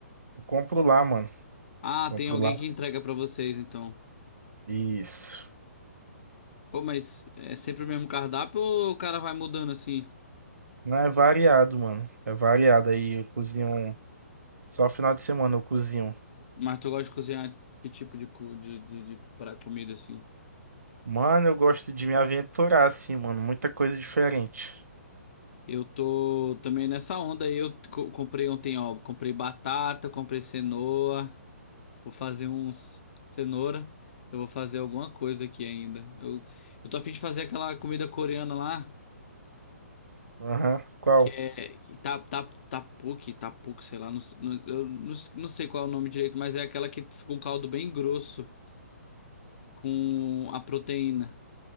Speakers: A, on the right (about 75°); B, on the left (about 45°).
A: Eu compro lá, mano.
B: Ah,
A: Compro
B: tem alguém
A: lá.
B: que entrega pra vocês, então.
A: Isso.
B: Pô, mas é sempre o mesmo cardápio ou o cara vai mudando assim?
A: Não é variado, mano. É variado. Aí eu cozinho. um, Só final de semana eu cozinho.
B: Mas tu gosta de cozinhar que tipo de, co- de, de, de pra- comida assim?
A: um. Mano, eu gosto de me aventurar assim, mano. Muita coisa diferente.
B: Eu tô também nessa onda aí. Eu co- comprei ontem, ó. Comprei batata, comprei cenoura. Vou fazer uns cenoura. Eu vou fazer alguma coisa aqui ainda. Eu, eu tô a fim de fazer aquela comida coreana lá,
A: Aham. Qual?
B: que é que tá, tá, tá pouco, tá pouco, sei lá, não, se- não- eu não, se- não sei qual é o nome direito, mas é aquela que fica um caldo bem grosso com a proteína.